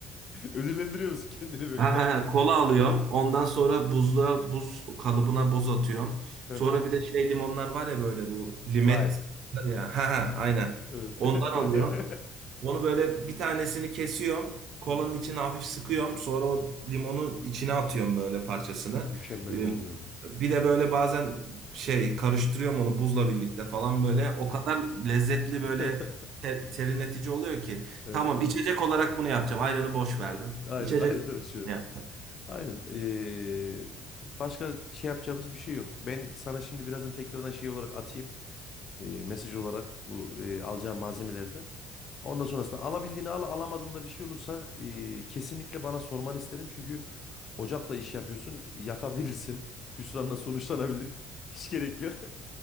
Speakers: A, on the left; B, on the right.
A: Ödüllendiriyor musun kendini böyle?
B: Ha, ha, ha, kola alıyorum. Ondan sonra buzluğa buz kalıbına buz atıyorum.
A: <laughs>
B: Sonra bir de şey limonlar var ya böyle bu limet
A: Lime.
B: var ya. Ha, ha, aynen.
A: Evet.
B: Ondan
A: <laughs>
B: alıyorum. Onu böyle bir tanesini kesiyorum. Kolanın
A: Hı hı.
B: içine hafif sıkıyorum. Sonra o limonun içine atıyorum böyle parçasını.
A: Mükemmel
B: Ee,
A: de olmuyor mu?
B: Bir de böyle bazen şey karıştırıyorum onu buzla birlikte falan böyle. O kadar lezzetli böyle
A: <laughs>
B: ter- serinletici oluyor ki.
A: Evet.
B: Tamam içecek olarak bunu yapacağım. Ayranı boş verdim.
A: Aynen,
B: İçecek
A: aynen
B: olarak
A: öyle şey. var.
B: bunu yapacağım.
A: Aynen. eee, başka şey yapacağımız bir şey yok. Ben sana şimdi birazdan tekrardan şey olarak atayım. eee, mesaj olarak bu eee, alacağım malzemeleri de. Ondan sonrasında alabildiğini al, alamadığında bir şey olursa eee, kesinlikle bana sormanı isterim. Çünkü ocakla iş yapıyorsun, yakabilirsin. Hüsranla sonuçlanabilir. <laughs> Hiç gerek yok.